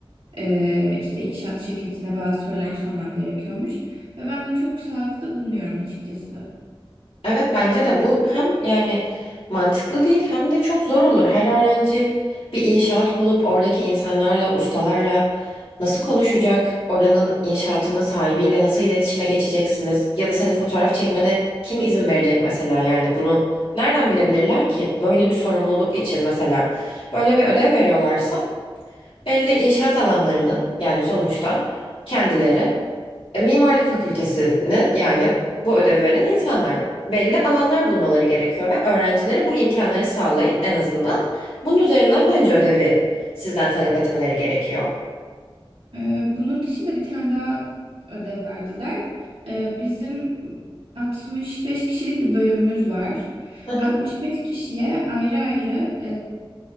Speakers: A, on the right; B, on the left.
A: e, işte inşaat şirketine bazı sorular sormam gerekiyormuş. Ve ben bunu çok sağlıklı da bulmuyorum açıkçası.
B: Evet bence de bu hem yani mantıklı değil hem de çok zor olur. Her öğrenci bir inşaat bulup oradaki insanlarla, ustalarla nasıl konuşacak? Oranın inşaatının sahibiyle nasıl iletişime geçeceksiniz? Ya da seni fotoğraf çekmene kim izin verecek mesela? Yani bunu nereden bilebilirler ki? Böyle bir sorumluluk için mesela böyle bir ödev veriyorlarsa belli inşaat alanlarını yani sonuçta kendileri e, Mimarlık fakültesini yani bu ödevi veren insanlar belli alanlar bulmaları gerekiyor ve öğrencilere bu imkanları sağlayıp en azından bunun üzerinden bence ödevi sizden talep etmeleri gerekiyor.
A: E, bunun dışında bir tane daha ödev verdiler. E, bizim 65 kişilik bir bölümümüz var.
B: Hı hı,
A: 65 kişiye ayrı ayrı